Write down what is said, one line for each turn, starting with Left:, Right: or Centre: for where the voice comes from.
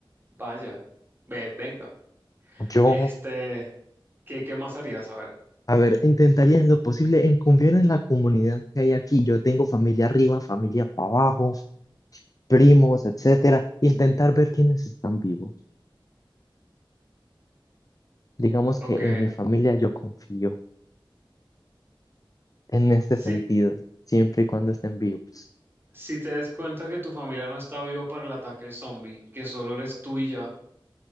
Right: vaya, ve, venga.
Left: Yo,
Right: Este, ¿qué, qué más harías? A ver.
Left: a ver, intentaría en lo posible en confiar en la comunidad que hay aquí. Yo tengo familia arriba, familia para abajo. primos, etcétera, intentar ver quiénes están vivos. Digamos
Right: Ok.
Left: que en mi familia yo confío en este
Right: Si,
Left: sentido, siempre y cuando estén vivos.
Right: si te des cuenta que tu familia no está viva para el ataque zombie, que solo eres tú y ya.